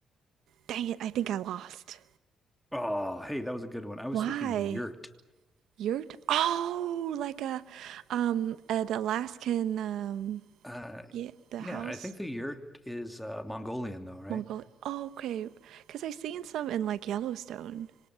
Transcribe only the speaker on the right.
dang it, I think I lost.
Y,
You're t- oh, like a um an Alaskan um
yeah, the
house.
Mongolia. Oh, okay. Because I've seen some in like Yellowstone.